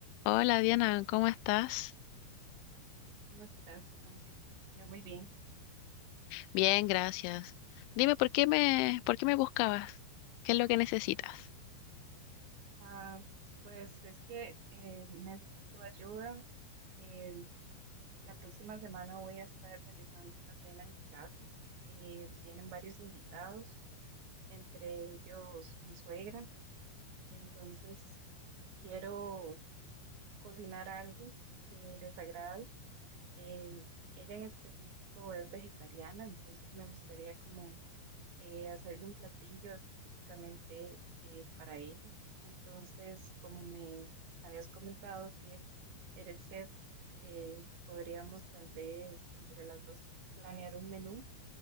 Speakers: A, on the left; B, on the right.
A: Hola Diana, ¿cómo estás?
B: ¿Cómo estás, Francisca? Yo muy bien.
A: Bien, gracias. Dime, ¿por qué me, por qué me buscabas? ¿Qué es lo que necesitas?
B: Ah, pues es que eh, necesito ayuda. Eh, la próxima semana voy a estar realizando una cena en mi casa. Eh, vienen varios invitados, entre ellos mi suegra. Entonces quiero cocinar algo que les agrade. Eh, ella en específico es vegetariana, entonces me gustaría como eh, hacerle un platillo específicamente eh, para ella. Entonces, como me habías comentado que eres chef, eh, podríamos tal vez entre las dos planear un menú